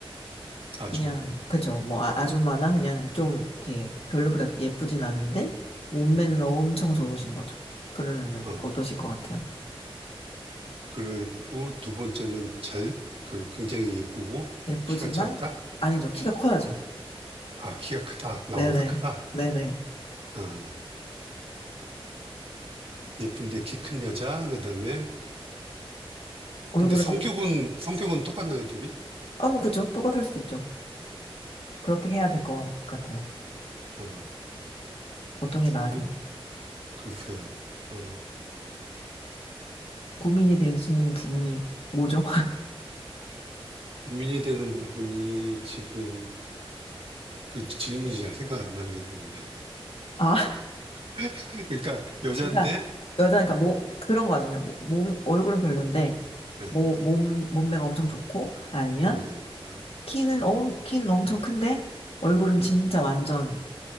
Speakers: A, on the right; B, on the left.
A: 아줌마.
B: 그냥, 그죠. 뭐, 아, 아줌마나 그냥 좀, 이렇게 별로 그렇게 예쁘진 않은데, 몸매는
A: 네,
B: 엄청 좋으신 거죠. 그러면은
A: 어,
B: 어떠실 것 같아요?
A: 그리고 두 번째는 잘, 그, 굉장히 예쁘고,
B: 예쁘지만,
A: 키가 작다?
B: 아니죠. 키가 커야죠.
A: 아, 키가 크다. 나보다
B: 네네.
A: 크다.
B: 네네.
A: 아, 예쁜데 키 큰 여자, 그 다음에,
B: 얼굴은
A: 근데 성격은,
B: 안,
A: 성격은 똑같나요, 둘이?
B: 아, 뭐, 그죠. 똑같을 수도 있죠. 그렇게 해야 될 것 같아요.
A: 어,
B: 어떤 게 나한테
A: 한- 글쎄요. 어,
B: 고민이 되시는 부분이 뭐죠?
A: 고민이 되는 부분이 지금 그 질문이 잘 생각 안 나는 게 고민돼요.
B: <laughs> 아,
A: <laughs> 그러니까 여잔데
B: 그러니까 여자니까 뭐 그런 거 같아요. 뭐, 몸 얼굴은 별론데
A: 예,
B: 뭐 몸 몸매가 엄청 좋고 아니면
A: 몸매가 있다.
B: 키는 엄 키는 엄청 큰데 얼굴은 진짜 완전